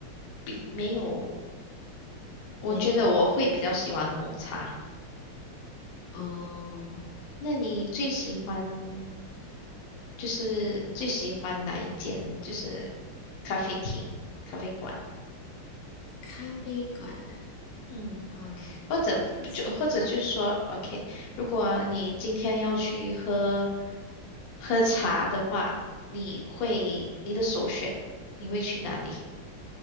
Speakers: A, on the left; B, on the left.
A: 比没有，我觉得我会比较喜欢红茶。
B: 没，哦，
A: 那你最喜欢就是最喜欢哪一间就是咖啡厅、咖啡馆？
B: 咖啡馆呢？
A: 嗯。
B: 嗯，
A: 或者就或者就说，OK，
B: 我我自己
A: 如果你今天要去喝喝茶的话，你会你的首选你会去哪里